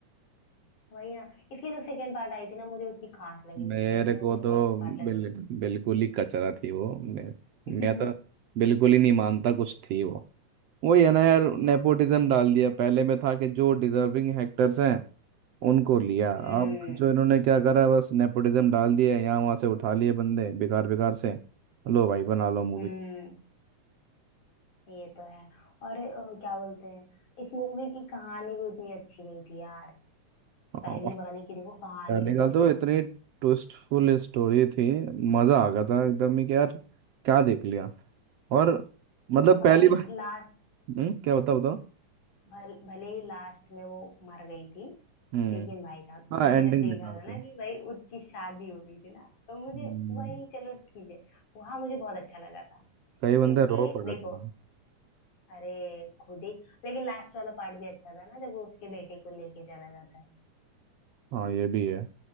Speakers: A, on the left; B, on the right.
A: वही ना इसकी जो सेकंड पार्ट आई थी ना मुझे उतनी खास लगी नहीं
B: मेरे
A: थी जितनी
B: को
A: मुझे
B: तो
A: फर्स्ट पार्ट लगी
B: बिल,
A: थी
B: बिल्कुल ही कचरा थी वो मैं
A: <laughs>
B: मैं तो बिल्कुल ही नहीं मानता कुछ थी वो वही है ना यार नेपोटिज्म
A: वाह
B: डाल दिया पहले में था कि जो डिजर्विंग एक्टर्स हैं उनको लिया
A: हम्म
B: अब जो इन्होंने क्या करा बस नेपोटिज्म डाल दिया यहाँ वहां से उठा लिए बंदे बेकार बेकार से लो भाई बना लो मूवी
A: हम्म ये तो है और अ, क्या बोलते हैं इस मूवी की कहानी भी उतनी अच्छी नहीं थी यार
B: हाँ,
A: पहली वाली की देखो कहानी
B: पहले
A: भी
B: का
A: बढ़िया
B: तो इतनी
A: थी
B: ट्विस्टफुल स्टोरी थी मजा आ गया था एकदम ही कि यार क्या देख लिया और मतलब
A: भले
B: पहली बार
A: लास्ट
B: हम्म, क्या बताओ बताओ
A: भल, भले ही लास्ट में वो मर गई थी
B: हम्म
A: लेकिन भाई साहब
B: हाँ
A: मैंने
B: एंडिंग
A: जब देखा
B: बेकार
A: था
B: थी
A: ना कि भाई उसकी शादी हो गई थी ना तो मुझे
B: हम्म,
A: वही चलो ठीक है वहां मुझे बहुत अच्छा लगा था क्योंकि
B: कई बंदे रो पड़े
A: देखो
B: थे
A: अरे खुद ही लेकिन लास्ट वाला पार्ट भी अच्छा था ना जब वो उसके बेटे को लेके चला जाता है
B: हाँ ये भी है